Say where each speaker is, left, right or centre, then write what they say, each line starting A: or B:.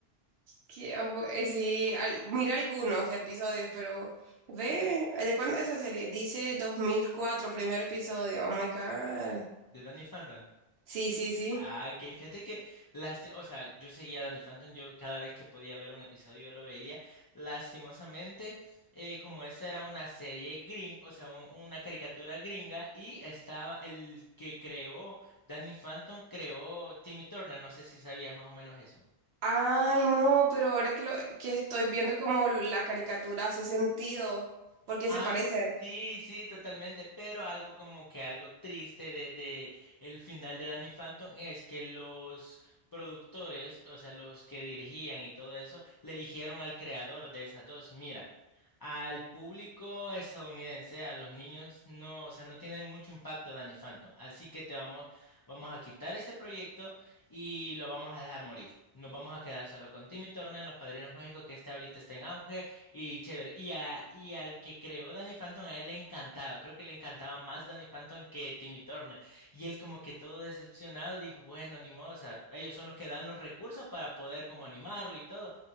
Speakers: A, on the right (about 70°); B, on the left (about 35°).
A: Que, eh, sí, al- mira algunos episodios, pero ve, ¿de cuándo es esa serie? Dice 2004 primer episodio. Oh my God.
B: ¿De Danny Phantom?
A: Sí, sí, sí.
B: Ah, ok, fíjate que las, o sea, yo seguía a Danny Phantom, yo cada vez que podía ver un episodio yo lo veía. Lastimosamente, eh, como esa era una serie gring, o sea, un- una caricatura gringa, y estaba el que creó Danny Phantom, creó Timmy Turner, no sé si sabías más o menos eso.
A: Ay, no, pero ahora que, lo, que estoy viendo como la caricatura hace sentido, porque
B: Ah,
A: se parece.
B: sí, sí, totalmente, pero algo como que algo triste de de el final de Danny Phantom es que los productores, o sea, los que dirigían y todo eso, le dijeron al creador de esas dos, mira, al público estadounidense, a los niños, no, o sea, no tiene mucho impacto Danny Phantom, así que te vamos, vamos a quitar este proyecto y lo vamos a dejar morir. Nos vamos a quedar solo con Timmy Turner, Los Padrinos Mágicos, que este ahorita está en auge y chévere. Y, a, y al que creó Danny Phantom, a él le encantaba. Creo que le encantaba más Danny Phantom que Timmy Turner. Y él como que todo decepcionado dijo, bueno, ni modo, o sea, ellos son los que dan los recursos para poder como animarlo y todo.